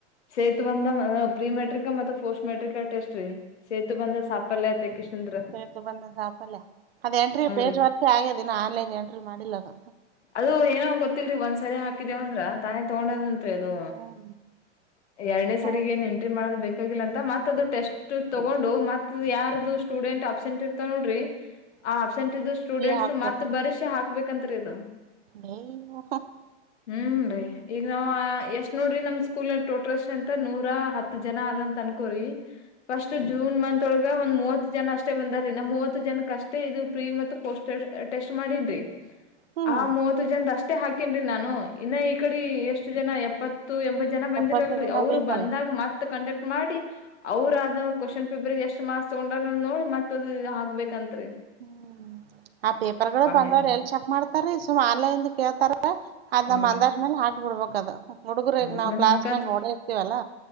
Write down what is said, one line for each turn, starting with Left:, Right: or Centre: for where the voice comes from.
Left: ಸೇತು ಬಂದ ಪ್ರೀ ಮೆಟ್ರಿಕ ಮತ್ತು ಪೋಸ್ಟ್ ಮೆಟ್ರಿಕ ಟೆಸ್ಟ್ ರೀ ಸೇತು ಬಂದ ಸಾಪಲ್ಯತೆ. <unintelligible>
Right: ಸೇುತು ಬಂದ ಸಾಪಲ್ಯ. ಅದ ಎಂಟ್ರಿ ಪೇಜ್
Left: ರೀ
Right: ವರ್ಕೆ ಆಗಿದೆ ಇನ್ನು ಆನ್ಲೈನ್ ಎಂಟ್ರಿ ಮಾಡಿಲ್ಲ ಅದ
Left: ಅದು ಏನೋ ಗೊತ್ತಿಲ್ರಿ ಒಂದ್ಸರಿ ಹಾಕಿದೇವಂದ್ರ ತಾನೇ ತಗೊಂಡದಂತ್ರಿ ಅದು.
Right: ಹ್ಮ್
Left: ಎರಡನೇ ಸರಿಗೆ
Right: ಹೌದ್
Left: ಏನ್ ಎಂಟ್ರಿ ಮಾಡದ್ ಬೇಕ್ ಗಿಲ್ಲ ಅಂತ ಮತ್ ಅದು ಟೆಸ್ಟ್ ತಗೊಂಡು ಮತ್ ಯಾರ್ದು ಸ್ಟೂಡೆಂಟ್ ಅಬ್ಸೆಂಟ್ ಇರ್ತ ನೋಡ್ರಿ.
Right: <unintelligible>
Left: ಆ ಅಬ್ಸೆಂಟ್ ಇದ ಸ್ಟೂಡೆಂಟ್ಸ್
Right: ಹಾಕ್ಬೇಕಂತ
Left: ಮತ್ತ ಬರಸಿ ಹಾಕ್ಬೇಕಂತ್ ರಿ ಇದು.
Right: <unintelligible>
Left: ಹುನ್ರಿ ಈಗ ನಾವ್ ಎಷ್ಟ್ ನೋಡ್ರಿ ನಮ್ ಸ್ಕೂಲ್ ಟೋಟಲ್ ಸ್ಟ್ರೆಂತ್ ನೂರ ಹತ್ತು ಜನ ಅದಂತ ಅನ್ಕೋರಿ ಫಸ್ಟ್
Right: ಹ್ಮ್
Left: ಜೂನ್ ಮಂತ್ ಒಳಗ ಒಂದ್ ಮೂವತ್ ಜನ ಅಷ್ಟೇ ಬಂದಾರೀ ನಾ ಮೂವತ್ತು ಜನಕ್ ಅಷ್ಟೇ ಇದು ಪ್ರೀ ಮ ಪೋಸ್ಟೆಡ್ ಟೆಸ್ಟ್ ಮಾಡನ್ ರಿ.
Right: ಹ್ಮ್
Left: ಆ ಮೂವತ್ತು ಜನದ ಅಷ್ಟೇ ಹಾಕೇನ್ರಿ ನಾನು ಇನ್ನ ಈ ಕಡೆ ಎಷ್ಟು ಜನ ಎಪ್ಪತ್ತು ಎಂಬತ್ತು. ಜನ ಬಂದಿರಲ್ರಿ
Right: ಎಪ್ಪತ್ತು ಜನ
Left: ಅವ್ರು
Right: ಬೇಕಲ್ಲ
Left: ಬಂದಾಗ ಮತ್ ಕಂಡಕ್ಟ್ ಮಾಡಿ. ಅವ್ರ ಅ ಆದು ಕ್ವಶನ್ ಪೇಪರ್ ಎಷ್ಟ್ ಮಾರ್ಕ್ಸ್ ತಗೊಂಡಾರೆ ನೋಡಿ ಮತ್ತ್ ಅದು ಆಗ್ಬೇಕಂತ್ ರಿ.
Right: ಹ್ಮ್ <unintelligible> ಆ ಪೇಪರ್ ಗಳು ಬಂದವರು
Left: ಹೈರಾಣ್ರಿ
Right: ಎಲ್ಕ್ <inaudible> ಮಾಡ್ತಾರ ಸುಮ್ ಆನ್ಲೈನ್ ಕೇಳ್ತಾರ ಅದ್
Left: ಹಾ
Right: ನಮ್ಮ್ ಅಂದಾಜ್ ಮೇಲೆ ಹಾಕ್ಬ ಬಿಡ್ಬಕ್ ಅದ. ಹುಡುಗರುಗ್
Left: ಅಂದಾಜ್
Right: ನಾವು
Left: ಮೇಲ್
Right: ಕ್ಲಾಸ್ನಂಗ
Left: ಹಾಕದ್
Right: ನೊಡಿ ಇರ್ತೀವಲ್ಲ